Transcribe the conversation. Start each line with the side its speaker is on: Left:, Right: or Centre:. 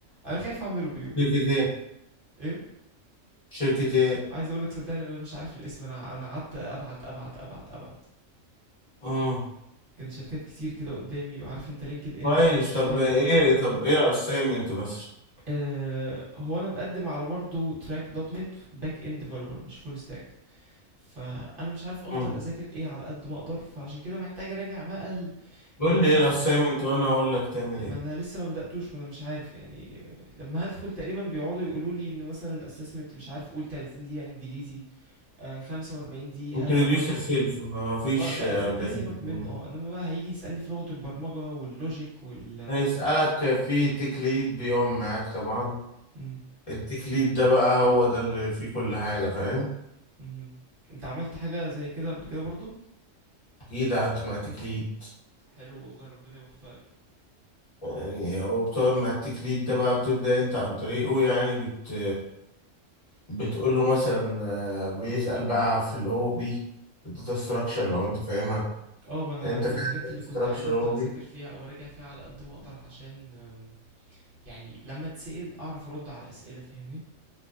Right: أنا خايف أعمله بيني وبينك،
Left: شركة ايه
Right: إيه،
Left: شركة ايه
Right: عايز أقول لك صدقني أنا مش عارف الاسم أنا أنا قعدت أبعت، أبعت، أبعت، أبعت،
Left: امم
Right: كان شركات كتير كده قدامي وعارف أنت LinkedIn
Left: كويس
Right: بتخش
Left: طب
Right: تعمل
Left: ايه
Right: easy apply
Left: طب ايه الاسايمنت مثلا
Right: آآ، هو أنا باقدم على برضه track .NET back end developer مش full stack فانا مش عارف افضل
Left: مم.
Right: اذاكر ايه على قد ما اقدر فعشان كده محتاج اراجع بقى ال-
Left: قول
Right: المب...
Left: لي ايه الاسايمنت وانا اقول لك تعمل
Right: ما
Left: ايه
Right: انا لسه ما بداتوش وانا مش عارف يعني لما هدخل تقريبا بيقعدوا يقولوا لي ان مثلا الاسسمنت مش عارف قول 30 دقيقه انجليزي آه 45
Left: بتريديوس
Right: دقيقه آه، لو...
Left: سيلف ما فيش
Right: اه ده
Left: 40%
Right: دي ده سيبك منه اه انما بقى هيجي يسالني في لغه البرمجه واللوجيك وال
Left: هيسألك في تيك ليد بيقوم معاك طبعا
Right: مم.
Left: التيك ليد ده بقى هو ده اللي فيه كل حاجة فاهم
Right: مهم. انت عملت حاجه زي كده قبل كده برضو
Left: اكيد قعدت مع تيك ليد
Right: حلو والله ربنا يوفقك
Left: يعني هو بتقعد مع التيك ليد ده بقى بتبدأ انت عن طريقه يعني بت بتقول له مثلا آه، بيسأل بقى في الاو بي الداتا ستراكشر
Right: مم.
Left: لو انت فاهمها
Right: اه ما انا
Left: انت
Right: دي
Left: فاهم
Right: الحاجات
Left: الاستراكشر
Right: اللي كنت عايز افضل
Left: اوبي
Right: اذاكر فيها او اراجع فيها على قد ما اقدر عشان آم، يعني لما اتسأل اعرف ارد على اسئله فاهمني